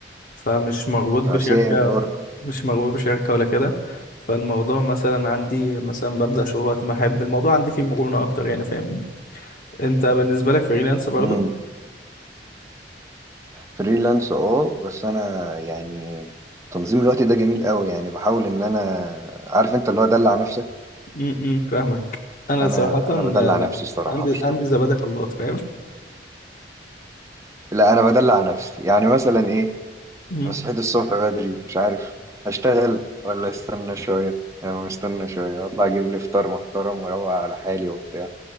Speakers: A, on the left; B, on the right.
A: فمش مربوط بشركة
B: سام برضه
A: مش مربوط بشركة ولا كده فالموضوع مثلا عندي مثلا ببدأ شغل وقت ما أحب الموضوع عندي فيه مرونة أكتر يعني فاهمني أنت بالنسبة لك فريلانس برضه؟
B: امم فريلانس اه بس انا يعني تنظيم الوقت ده جميل قوي يعني بحاول ان انا عارف انت اللي هو دلع نفسك
A: م- م، فاهمك أنا
B: انا
A: صراحة آه،
B: انا بدلع
A: لأ
B: نفسي الصراحه
A: عندي
B: في الشغل
A: عندي زبادي خلاط فاهم؟
B: لا انا بدلع نفسي يعني مثلا ايه
A: م.
B: أنا صحيت الصبح بدري مش عارف هشتغل ولا استنى شوية يعني أنا مستنى شوية أطلع أجيب لي فطار محترم وأروق على حالي وبتاع